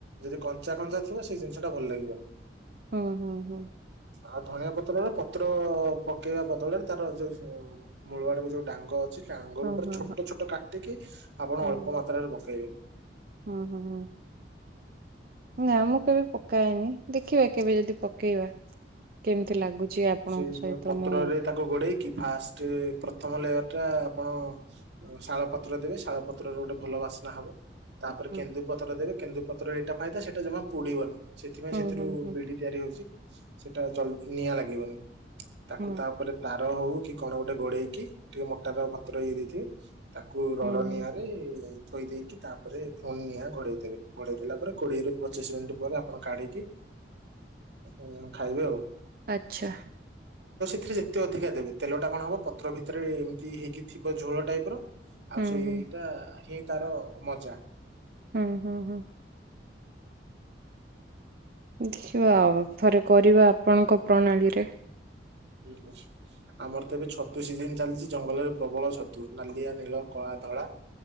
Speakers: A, on the right (about 80°); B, on the right (about 55°).
A: ଯଦି କଞ୍ଚା କଞ୍ଚା ଥିବ ସେଇ ଜିନିଷ ଟା ଭଲ ଲାଗିବନି।
B: ହଁ ହୁଁ ହଁ
A: ଆଉ ଧଣିଆ ପତ୍ରରେ ପତ୍ର ପକେଇବା ବଦଳରେ ତାର ଯୋଉ ମୂଳଆ ଟକୁ ଯୋଉ ଡାଙ୍ଗ ବଝ ଆଙ୍ଗ
B: ହଁ
A: ଉପରେ
B: ହଁ
A: ଛୋଟ
B: ହଁ
A: ଛୋଟ କାଟିକି ଆପଣ
B: ହୁଁ।
A: ଅଳ୍ପ ମାତ୍ରାରେ ପକେଇବେ। <inaudible>
B: ହୁଁ ହୁଁ ହୁଁ ନା ମୁଁ କେବେ ପକା ହେନି ଦେଖିବା କେବେ ଯଦି ପକେଇବା କେମିତି ଲାଗୁଛି। ଆପଣଙ୍କ
A: ସେ
B: ସହିତ
A: ଯ ପତ୍ରରେ
B: ମୁଁ
A: ତାକୁ ଗୋଡେଇକି ଫାଷ୍ଟ ପ୍ରଥମ ଲେୟର ଟା ଆପଣ ଶାଳ ପତ୍ର ଦେବେ ଶାଳ ପତ୍ରର ଗୋଟେ ଭଲ ବାସ୍ନା ହବ। ତାପରେ
B: ହୁଁ
A: କେନ୍ଦୁପତ୍ର ଦେବେ କେନ୍ଦୁପତ୍ର ଏଇଟା ଫାଇଦା ସେଇଟା ଜମା ପୋଡିବନି। ସେଥିପାଇଁ
B: ହୁଁ
A: ସେଥିରୁ
B: ହୁଁ ହୁଁ
A: ବିଡି ତିଆରି ହଉଛି ସେଟା ଜଲ ନିଆଁ ଲାଗିବନି। ତାକୁ
B: ହୁଁ।
A: ତାପରେ ତାର ହଉ କି କଣ ଗୋଟେ ଘୋଡେଇକି ଟିକେ ମୋଟା ର ପତ୍ର ହେଇ ଦେଇଥିବେ। ତାକୁ ରଡ
B: ହୁଁ ହୁଁ
A: ନିଆଁରେ ଥୋଇ ଦେଇକି ତାପରେ ଫୋନ ନିଆଁ ଘଡେଇ ଦେବେ ଘଡେଇ ଦେଲା ପରେ କୋଡିଏରୁୁ ପଚିଶ ମିନିଟ୍ ପରେ ଆପଣ କାଢିକି ହଁ ଖାଇବେ ଆଉ।
B: ଆଚ୍ଛା
A: ରେ ଯେତେ ଅଧିକା ଦେବେ ତେଲ ଟା କଣ ହବ ପଥର ଭିତରେ ଏମିତି ହେଇକି ଥିବ ଝୋଳ ଟାଇପର ଆଉ
B: ହୁଁ
A: ସେଇଟା
B: ହୁଁ
A: ହିଁ ତାର ମଜା।
B: ହୁଁ ହୁଁ ହୁଁ ଦେଖିବା ଆଉ ଥରେ କରିବା ଆପଣଙ୍କ ପ୍ରଣାଳୀରେ।
A: ଅ ଆମର ତ ଏବେ ଛତୁ ସିଜନ ଚାଲିଛି ଜଙ୍ଗଲରେ ପ୍ରବଳ ଛତୁ ନାଲିଆ ନୀଳ କଳା। ଧଳା